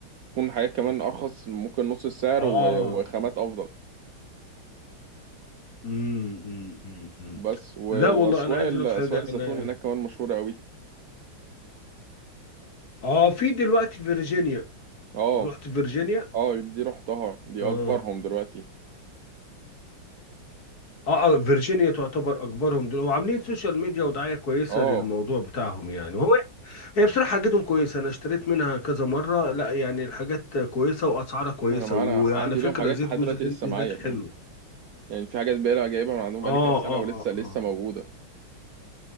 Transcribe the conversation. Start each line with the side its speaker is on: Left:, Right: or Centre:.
Right: تكون حاجات كمان ارخص ممكن نص السعر
Left: اه
Right: و- وخامات افضل
Left: امم امم امم أمم.
Right: بس و...
Left: لا والله
Right: واسواق
Left: انا عايز
Right: ال...
Left: اقول
Right: اسواق
Left: لك حاجة
Right: الزيتون
Left: انا
Right: هناك كمان مشهوره قوي
Left: اه في دلوقتي فيرجينيا
Right: اه
Left: رحت فيرجينيا
Right: اه دي رحتها دي
Left: اه
Right: اكبرهم دلوقتي
Left: اه آه، فيرجينيا تعتبر اكبرهم دول هو عاملين سوشيال ميديا ودعايه كويسه
Right: اه
Left: للموضوع بتاعهم يعني وهو هي بصراحه حاجتهم كويسه انا اشتريت منها كذا مره لا يعني الحاجات كويسه واسعارها كويسه
Right: انا معانا
Left: وعلى
Right: عندي
Left: فكره
Right: ليهم حاجات
Left: زيت
Right: لحد
Left: جوز
Right: دلوقتي
Left: الهند
Right: لسه
Left: هناك
Right: معايا فاهم
Left: حلو
Right: يعني في حاجات بقى جايبها من عندهم بقالي
Left: اه
Right: كذا سنه
Left: اه
Right: ولسه
Left: اه
Right: لسه
Left: اه
Right: موجوده